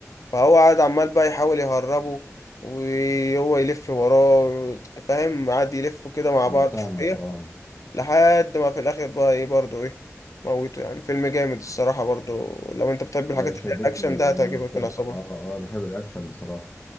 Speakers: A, on the left (about 80°); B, on the left (about 35°).
A: فهو قعد عمال بقى يحاول يهربه وهو يلف وراه فاهم قعد يلفوا كده مع
B: أنا
A: بعض
B: فاهمك
A: شوية
B: آه
A: لحد ما في الآخر بقى ايه برضه ايه موته يعني فيلم جامد الصراحة برضه لو انت بتحب الحاجات
B: لا شدتني
A: اللي هي الأكشن ده هتعجبك
B: شد...
A: العصابة
B: آه آه بحب الأكشن بصراحة